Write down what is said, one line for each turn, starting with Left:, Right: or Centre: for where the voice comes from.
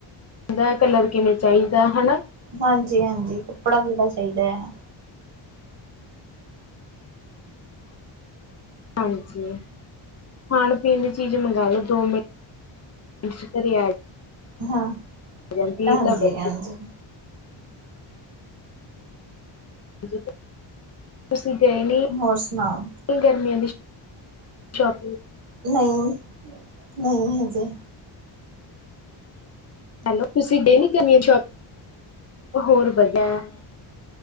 Left: ਦਾ ਕਲਰ ਕਿਵੇਂ ਚਾਹੀਦਾ ਹਨਾ।
Right: ਹਾਂਜੀ-ਹਾਂਜੀ ਕੱਪੜਾ ਵੀੜਾ ਚਾਹੀਦਾ ਐ।
Left: ਹਾਂਜੀ ਖਾਣ ਪੀਣ ਦੀ ਚੀਜ਼ ਮੰਗ ਲੋ ਦੋ ਮਿੰਟ। <inaudible>
Right: ਹਾਂ,
Left: ਜਾਂਦੀ ਹੈ
Right: ਹਾਂਜੀ-ਹਾਂਜੀ।
Left: ਇਹ ਤਾਂ ਵਧੀਆ <inaudible> ਤੁਸੀਂ ਗਏ ਨੀ,
Right: ਹੋਰ ਸੁਣਾਓ
Left: ਗਰਮੀਆਂ ਦੀ ਸ਼ੋਪਿੰਗ
Right: ਨਈ-ਨਈ ਹਜੇ।
Left: ਹੈਲੋ ਤੁਸੀਂ ਗਏ ਨੀ ਗਰਮੀਆਂ ਦੀ ਸੋਪਿਗ, ਹੋਰ ਵਧੀਆ।